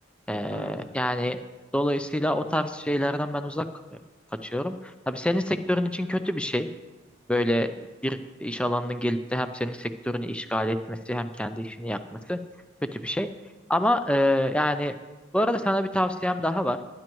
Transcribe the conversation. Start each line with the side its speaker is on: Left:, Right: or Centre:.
Centre: Ee,
Left: E, tabii ki.
Centre: yani dolayısıyla o tarz şeylerden ben uzak e, kaçıyorum. Tabii senin sektörün için kötü bir şey. Böyle bir iş alanının gelip de hem senin sektörünü işgal etmesi hem kendi işini yapması kötü bir şey. Ama e, yani bu arada sana bir tavsiyem daha var.